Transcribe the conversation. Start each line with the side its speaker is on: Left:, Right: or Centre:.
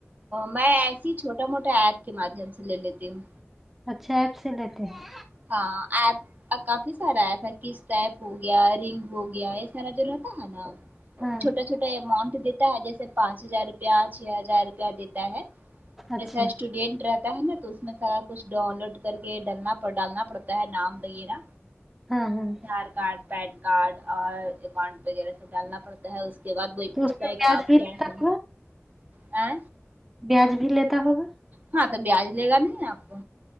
Right: میں ایسی چھوٹا موٹا ایپ کے مادھیم سے لے لیتی ہوں
Centre: اچھا ایپ سے لیتے ہیں
Right: ہاں ایپ کافی سارا آپ ہے کس ٹاپ ہو گیا رنگ ہو گیا ایسا رہتا ہے نا
Centre: ہاں
Right: چھوٹا چھوٹا اماؤنٹ دیتا ہے جیسے پانچ ہزار روپیہ چھ ہزار روپیہ دیتا ہے جسا
Centre: اچھا
Right: اسٹوڈینٹ رہتا ہے نا تو اس میں سارا کچھ ڈاؤن لوڈ کر کے ڈلنا پر ڈالنا پڑتا ہے نام وغیرہ
Centre: ہاں ہاں
Right: آدھار کارڈ پین کارڈ اور اکاؤنٹ وغیرہ سب ڈالنا پڑتا اس کے بعد وہی
Centre: تو
Right: پوچھتا
Centre: اس میں
Right: ہے
Centre: بیاج
Right: کہ آپ
Centre: بھی
Right: کیا
Centre: لیتا
Right: ہے
Centre: ہوگا
Right: ا
Centre: بیاج بھی لیتا ہوگا
Right: ہاں تو بیاج لے گا نہیں آپ کو